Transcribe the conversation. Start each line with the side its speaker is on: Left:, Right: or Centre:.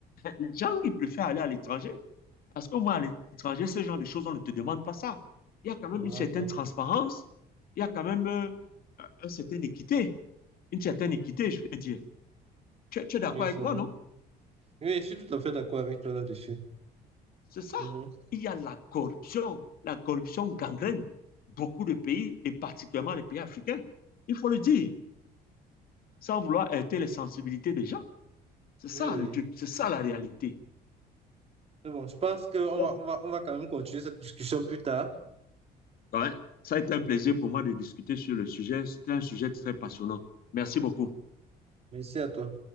Left: les gens, ils préfèrent aller à l'étranger. Parce qu'au moins, à l'étranger, ce genre de choses, on ne te demande pas ça. Il y a quand
Right: Je
Left: même
Right: te demande
Left: une certaine
Right: pas.
Left: transparence, il y a quand même euh, une certaine équité, une certaine équité, je veux dire. Tu, tu es d'accord
Right: Oui,
Left: avec
Right: c'est
Left: moi,
Right: vrai.
Left: non
Right: Oui, je suis tout à fait d'accord avec toi là-dessus.
Left: C'est ça.
Right: Mhm.
Left: Il y a la corruption. La corruption gangrène beaucoup de pays, et particulièrement les pays africains. Il faut le dire, sans vouloir heurter les sensibilités des gens. C'est ça
Right: Oui, oui.
Left: le truc, c'est ça la réalité.
Right: C'est bon, je pense qu'on
Left: Bon,
Right: va, on va, on va quand même continuer cette discussion plus tard.
Left: ouais. ça a été un plaisir pour moi de discuter sur le sujet. C'était un sujet très passionnant. Merci beaucoup.
Right: Merci à toi.